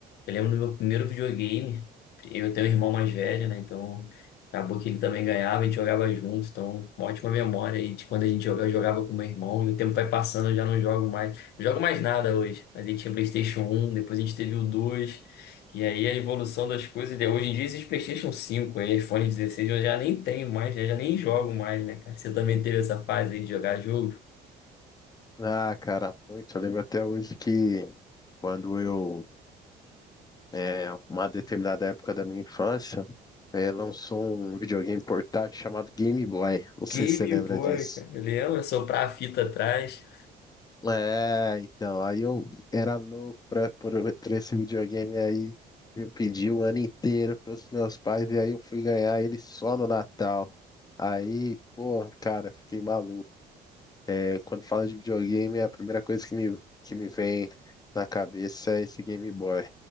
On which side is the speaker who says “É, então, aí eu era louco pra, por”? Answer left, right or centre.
Left